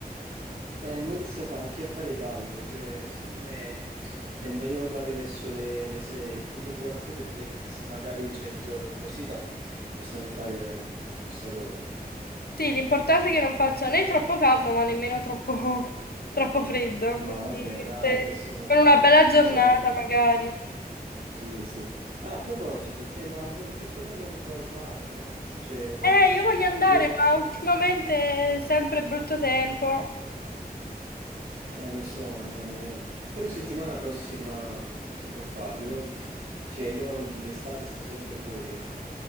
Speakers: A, on the right; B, on the left.
A: Eh, mo inizia a fa- anche a fare caldo, cioè secondo me è meglio andare verso le, le 6, quindi è buono anche per te che se magari c'hai di giorno all'università possiamo fare questa cosa.
B: Sì, l'importante è che non faccia né troppo caldo ma nemmeno troppo, <laughs> troppo freddo,
A: No,
B: quindi
A: vabbè, dai,
B: se-
A: adesso no.
B: con
A: no.
B: una bella giornata
A: Cioè, non-
B: magari.
A: Sì, sì. Ah, a proposito, cioè, ma vo- perché non andiamo un po' al mare, no? Cioè,
B: Eh, io voglio andare,
A: boh,
B: ma ultimamente è sempre brutto tempo.
A: eh, lo so, eh, però settimana prossima si può fare. Io, <laughs> cioè, io l'estate sto sempre fuori, eh.